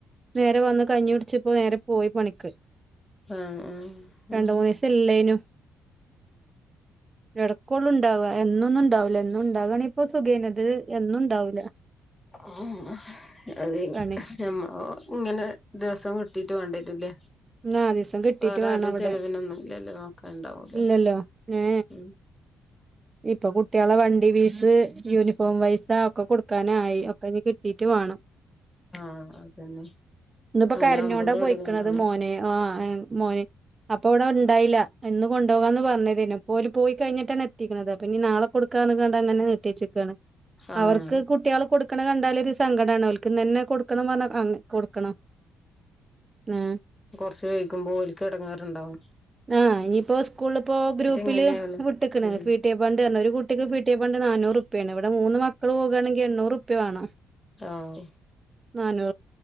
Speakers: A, on the right (about 25°); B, on the left (about 20°).
A: നേരെ വന്ന് കഴഞ്ഞി പിടിച്ചപ്പോ നേരെ പോയി പണിക്ക്
B: ആഹ് ആഹ്
A: രണ്ട
B: ആഹ്
A: മൂനീസം ഇല്ലേനു ഇടക്കോള്ളു ഉണ്ടാവാ എന്നൊന്നും ഇണ്ടാവില്ല എന്നും ഇണ്ടാകണ ഇപ്പൊ സുഖേന് എന്നും ഇണ്ടാവൂില്ല
B: ആ അതെ
A: പണി
B: മ്മ ഇങ്ങനെ ദിവസം കിട്ടി കണ്ടട്ടല്ലേ
A: നാലീസം കെട്ടീട്ട്
B: വേറെ
A: വേണം
B: ആരും
A: അവിടെ
B: ചെിലവിനൊന്നുംില്ലല്ലോ നോക്കാുണ്ടാവൂലോ
A: ഇല്ലല്ലോ ഏ
B: ഉ
A: ഇപ്പൊ കുട്ട്യേളെ വണ്ടി വീസ് യൂണിഫോം പൈസ ഒക്കെ കൊടുക്കാനായി ഒക്കെ ഇഞ്ഞി കിട്ടീട്ട് വേണം
B: ആഹ അതന്നെ
A: ഇന്നിപ്പോ
B: അങ്ങനെ
A: കരഞ്ഞോണ്ടാ
B: ആവുമ്പോളും
A: പോയിക്കണത്
B: എടങ്ങേറാണ്
A: മോന് ആ മോന് അപ്പൊ ഇവിടെ ഉണ്ടായില്ല എന്ന് കൊണ്ടുപോകാ എന്ന് പറഞ്ഞത്ന്നെ ഇപ്പോര് പോയി കഴിഞ്ഞിട്ടാണ് എത്തിണുന്നത് അപ്പൊ ഞ്ഞി നാളെ കൊടുക്ക അങ്ങന നി
B: ആഹ്
A: അവർക്ക് കുട്ടികൾ കൊടുക്ക കണ്ടാല് സങ്കടാണ് ഓലക്ക് ഇന്നന്നെ കൊടുക്കണം പറ കൊടുക്കണം ആ
B: കൊറച് വൈകുമ്പോ ഓലക്ക് ഇടങ്ങേരുണ്ടാവും
A: ആഹ് ഇനിയിപ്പോ സ്കൂളിപ്പോ ഗ്രൂപ്പില്
B: ഇങ്ങനെയാണ്
A: വിട്ടക്കണ
B: ഉം
A: ഫീട്ടിയ ഫണ്ട് ഒരു കുട്ടിക്ക് ഫീട്ടിയ ഫണ്ട് നാനൂറ്ുപ്പ്യാണ് ഇവിടെൂന്ന് മക്കൾ പോവവാണെങ്കിൽണ്ണൂറ്ുപ്യ വേണം
B: ആഹ
A: ാനൂ